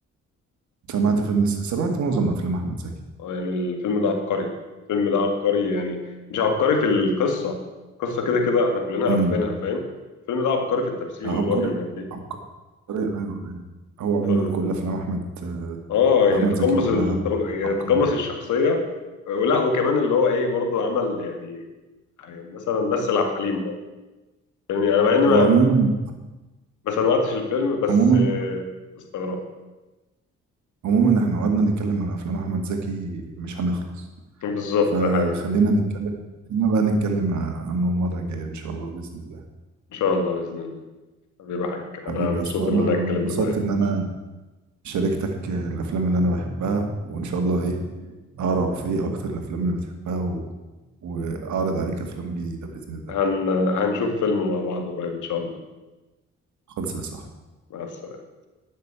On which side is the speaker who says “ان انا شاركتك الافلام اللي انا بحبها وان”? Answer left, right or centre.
Right